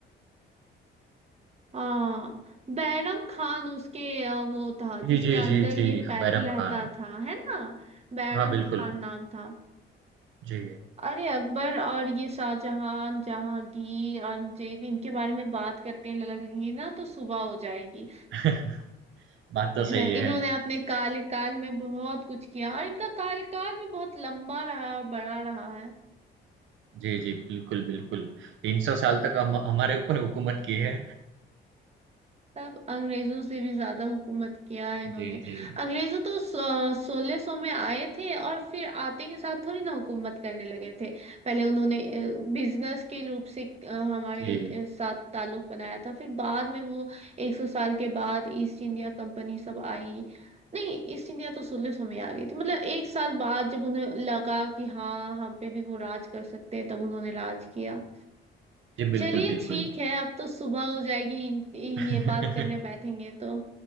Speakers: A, on the right (about 30°); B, on the right (about 75°).
A: हाँ बैरम खान उसके अ, वो था
B: जी
A: जिसके
B: जी
A: अंदर
B: जी जी
A: ये पै-
B: बैरम
A: रहता
B: खान
A: था है ना बैरम
B: हाँ बिल्कुल
A: खान नाम था
B: जी
A: अरे अकबर और ये शाहजहां जहांगीर अंजीब इनके बारे में बात करते लगेंगी ना तो सुबह हो जाएगी
B: <laughs> बात
A: <laughs>
B: तो
A: हाँ,
B: सही है
A: इन्होंने अपने काल काल में बहुत कुछ किया और इनका काल काल भी बहुत लंबा रहा है और बड़ा रहा है
B: जी जी बिल्कुल बिल्कुल तीन सौ साल तक हम हमारे ऊपर हुकूमत की है
A: तब अंग्रेजों से भी ज्यादा हुकूमत किया है इन्होंने
B: जी जी
A: अंग्रेजों तो सोलह सौ में आए थे और फिर आते के साथ थोड़ी ना हुकूमत करने लगे थे पहले उन्होंने बिजनेस के रूप से अ, हमारे
B: जी
A: अ, साथ ताल्लुक बनाया था फिर बाद में वो एक सौ साल के बाद ईस्ट इंडिया कंपनी सब आई नहीं ईस्ट इंडिया तो सोलह सौ में आ गई थी मतलब एक साल बाद जब उन्हें लगा कि हाँ हम पे भी वो राज कर सकते हैं तब उन्होंने राज किया
B: जी बिल्कुल
A: चलिए
B: बिल्कुल
A: ठीक है अब तो सुबह हो जाएगी इन,
B: <laughs>
A: ये बात करने बैठेंगे तो